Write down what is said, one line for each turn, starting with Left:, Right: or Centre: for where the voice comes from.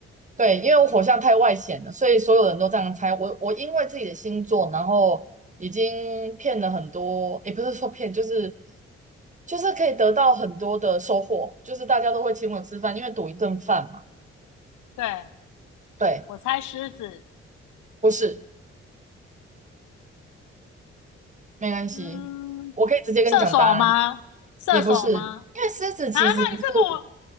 Right: 对，因为我火象太外显了，所以所有人都这样猜。我我因为自己的星座，然后已经骗了很多，也不是说骗，就是就是可以得到很多的收获，就是大家都会请我吃饭，因为赌一顿饭嘛。
Left: 对，
Right: 对，
Left: 我猜狮子，
Right: 不是，没关系，
Left: 嗯，
Right: 我可以直接跟你讲答案，
Left: 射手吗？射手吗？
Right: 也不是，因为狮子其实不是
Left: 啊，那你是母，